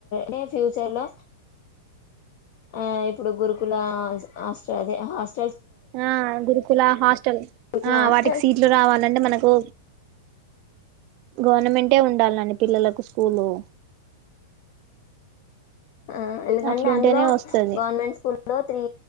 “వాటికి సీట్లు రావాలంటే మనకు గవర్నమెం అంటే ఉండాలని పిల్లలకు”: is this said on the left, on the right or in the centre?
Right